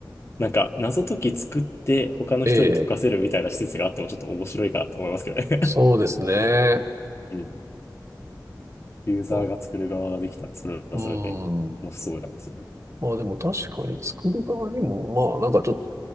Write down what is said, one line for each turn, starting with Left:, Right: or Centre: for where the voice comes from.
Left: なんか、謎解き作って他の人に解かせるみたいな施設があってもちょっと面白いかなと思いますけどね
Right: ええ、そうですね。
Left: <laughs> うんユーザーが作る側ができたら、
Right: う
Left: それはそれで楽しそうなんですよ。
Right: ん。まあでも確かに作る側にも、まあなんかちょっと、